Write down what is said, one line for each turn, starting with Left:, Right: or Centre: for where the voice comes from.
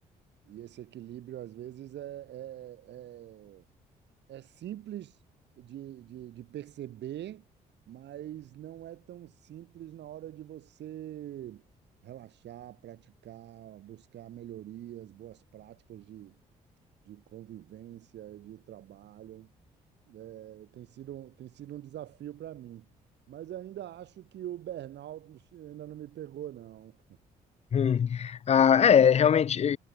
Right: e esse equilíbrio, às vezes, é, é, é, é simples de, de, de perceber, mas não é tão simples na hora de você relaxar, praticar, buscar melhorias, boas práticas de, de convivência, de trabalho. É, tem sido, um- tem sido um desafio para mim. Mas ainda acho que o burnout ainda não me pegou, não.
Left: Hum. Ah, é, realmente, eu,